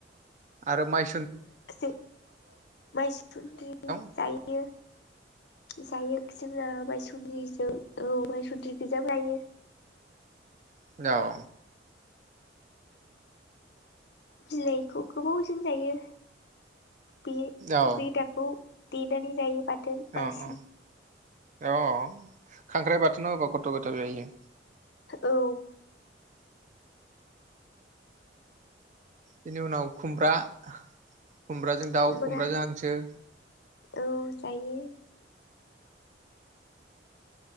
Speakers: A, on the right (about 40°); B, on the left (about 60°).
A: आरो माइ
B: जों माइसुन्द्रि
A: <inaudible>
B: जायो जायो जोंआ माइसु सुन्द्रिजों औ माइसुन्द्रि गोजाबो लायो
A: उनाव
B: बिलाइखौ गोबावजों जायो बे
A: औ
B: बे रोदाखौ देननै जायो बाथ थोन बांसिन
A: औ औ अ खांख्राइ बाथोनाव होबा कथ्थ' गोथाव जायो
B: औ
A: बिनि उनाव खुमब्रा <unintelligible> खुम्ब्राजों दाउ
B: खुमब्रा
A: खुम्ब्राजों हांसो
B: औ जायो